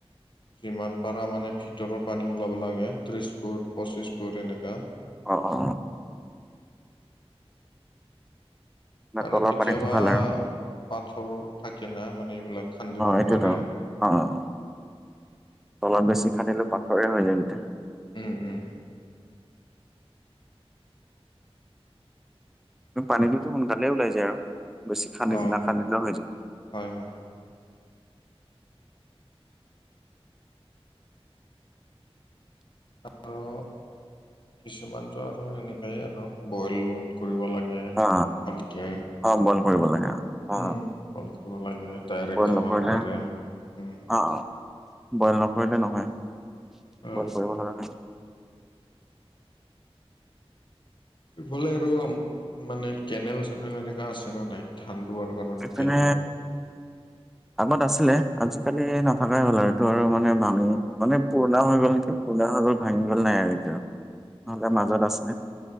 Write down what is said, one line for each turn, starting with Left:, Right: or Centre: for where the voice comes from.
Left: যিমান পাৰা মানে ভিতৰৰ পানী ওলাব লাগে। ত্ৰিছ ফুট, পঁচিছ ফুট এনেকুৱা।
Centre: অ', অ', অ'।
Left: আৰু
Centre: তলৰ
Left: কেতিয়াবা
Centre: পানীত জোকাল আৰু
Left: পাথৰ থাকে না, মানে এইবিলাক খান্দিব
Centre: এইটোতো
Left: নোৱাৰে।
Centre: অ', অ', অ', তলত বেছি খান্দিলেওঁ পাথৰেই হৈ যায় গোটেই।
Left: উম উম।
Centre: পানীটোতো সোনকালে ওলাই যায় আৰু, বেছি খান্দি,
Left: অ
Centre: নকান্দিলেওঁ হৈ যায়।
Left: হয় হয়। আৰু কিছুমানটো আৰু এনেকুৱাই আৰু, বইল কৰিব লাগে
Centre: অ
Left: ভালকৈ।
Centre: অ', বইল কৰিব লাগে অ'।
Left: উম,
Centre: অ
Left: বইল কৰিব লাগে, ডাইৰেক্ট
Centre: বইল
Left: খাব
Centre: নকৰিলে
Left: নোৱাৰে, উম।
Centre: অ অ বইল নকৰিলে নহয়,
Left: অ
Centre: বইল কৰিব লগা হয়।
Left: ইফালে আৰু মানে, কেনেল চেনেল এনেকা আছে নে নাই? ধান ৰোৱাৰ কাৰণে।
Centre: এইপিনে
Left: কেনেল
Centre: আগত আছিলে, আজিকালি নাথাকাই হ'ল আৰু, এইটো আৰু মানে ভাঙি, মানে পুৰণাও হৈ গ'ল নেকি? পুৰণা হৈ গ'ল, ভাঙি গ'ল, নাই আৰু এতিয়া।
Left: <inaudible>
Centre: নহ'লে মাজত আছে।